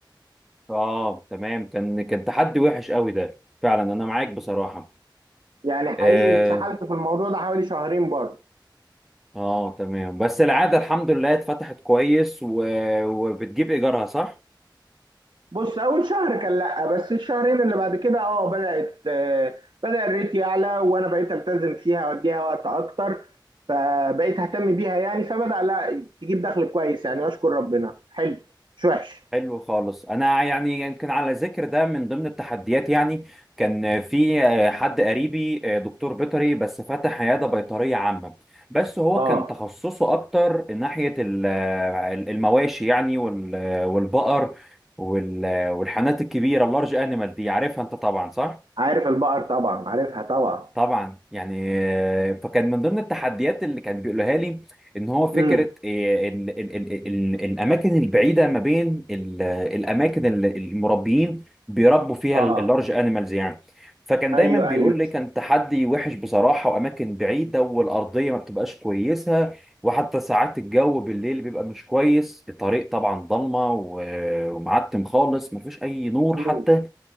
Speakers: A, in the centre; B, on the right.
A: اه تمام كان كان تحدي وحش قوي ده فعلا انا معاك بصراحة
B: يعني حقيقي
A: اه,
B: اتسحلت في الموضوع ده حوالي شهرين برضه
A: آه تمام بس العادة الحمد لله اتفتحت كويس و... وبتجيب ايجارها صح؟
B: بص اول شهر كان لا بس الشهرين اللي بعد كده اه بدات آه، بدا الريت يعلى وانا بقيت التزم فيها واديها وقت اكتر فبقيت اهتم بيها يعني فبدا لا تجيب دخل كويس يعني اشكر ربنا حلو مش وحش
A: حلو خالص انا يعني يمكن على ذكر ده من ضمن التحديات يعني كان في آه، حد قريبي آه، دكتور بيطري بس فتح عياده بيطريه عامه بس هو
B: اه
A: كان تخصصه اكتر ناحيه ال- آه، المواشي يعني وال- آه، والبقر وال- آه، والحانات الكبيره اللارج انيمال دي عارفها انت طبعا صح
B: عارف البقر طبعا عارفها طبعا
A: طبعا يعني آه، فكان من ضمن التحديات اللي كان بيقولها لي ان هو فكره
B: امم
A: آه، ال ال ال ال الاماكن البعيده ما بين ال- الاماكن اللي المربيين بيربوا فيها
B: اه
A: ال- اللارج انيمالز يعني فكان
B: ايوه
A: دايما بيقول
B: ايوه
A: لي كان تحدي وحش بصراحه واماكن بعيده والارضيه ما بتبقاش كويسه وحتى ساعات الجو بالليل بيبقى مش كويس الطريق طبعا ضلمه و- ومعتم خالص مفيش اي نور
B: مم.
A: حتى